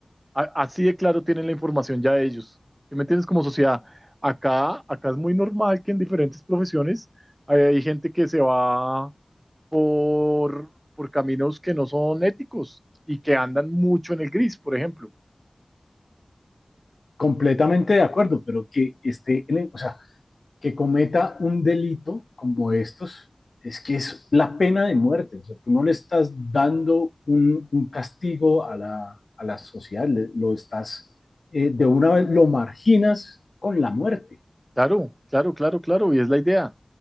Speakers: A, on the right (about 20°); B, on the left (about 80°).
A: A- así de claro tienen la información ya ellos. ¿Sí me entiendes? Como sociedad, acá, acá es muy normal que en diferentes profesiones hay, hay gente que se va por, por caminos que no son éticos y que andan mucho en el gris, por ejemplo.
B: Completamente de acuerdo, pero que esté, en el- o sea, que cometa un delito como estos, es que es la pena de muerte, o sea, tú no le estás dando un, un castigo a la, a la sociedad, le- lo estás, eh, de una vez lo marginas con la muerte.
A: Claro, claro, claro, claro, y es la idea.